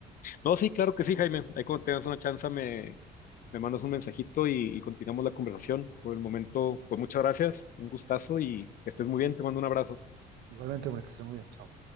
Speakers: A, on the left; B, on the right.
A: No, sí, claro que sí, Jaime. Ahí cuando tengas una chance me, me mandas un mensajito y, y continuamos la conversación. Por el momento, pues muchas gracias, un gustazo y que estés muy bien. Te mando un abrazo.
B: Igualmente, hombre, que estés muy bien. Chao.